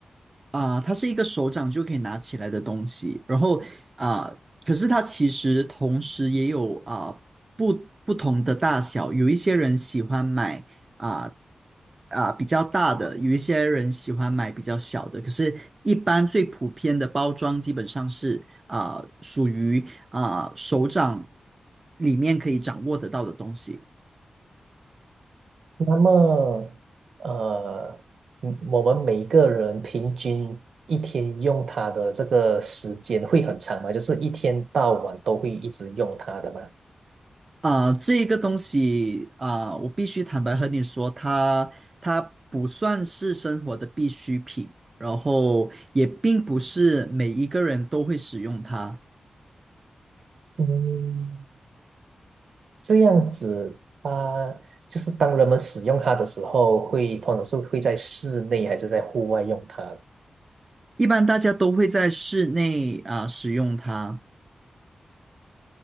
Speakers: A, on the right (about 30°); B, on the right (about 80°).
A: 啊、它是一个手掌就可以拿起来的东西，然后啊、可是它其实同时也有啊、不不同的大小，有一些人喜欢买啊啊、比较大的，有一些人喜欢买比较小的，可是一般最普遍的包装基本上是啊、属于啊、手掌里面可以掌握得到的东西。
B: 那么，呃，嗯我们每一个人平均一天用它的这个时间会很长吗？就是一天到晚都会一直用它的吗？
A: 啊、这个东西啊、我必须坦白和你说，它它不算是生活的必需品，然后也并不是每一个人都会使用它，
B: 嗯，这样子，它就是当人们使用它的时候会，通常是会在室内还是在户外用它啊，
A: 一般大家都会在室内啊、使用它，